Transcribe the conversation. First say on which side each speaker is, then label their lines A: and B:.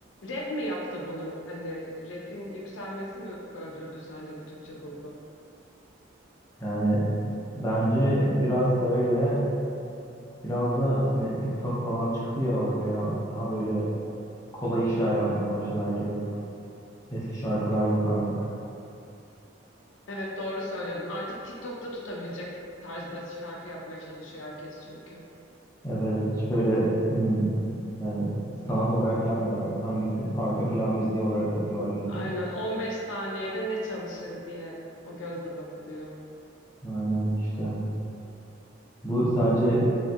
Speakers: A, on the left; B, on the left.
A: rap mi yaptı bunu? Hani rap'in yükselmesi mi öldürdü sence bu Türkçe popu?
B: Yani bence biraz öyle biraz da hani TikTok falan çıktı ya ortaya daha böyle kolay işler yapmaya başladı herkes. Eski şarkılar yok artık.
A: Evet doğru söyledin. Artık TikTok'ta tutabilecek tarzda şarkı yapmaya çalışıyor herkes çünkü.
B: Evet hiç böyle ne bileyim, yani sanat olarak yapmıyorlar. Hangisi arka plan müziği olarak yapıyorlar genel
A: Aynen
B: olarak.
A: 15 saniyede ne çalışır diye o gözle bakılıyor.
B: Aynen işte. Bu sadece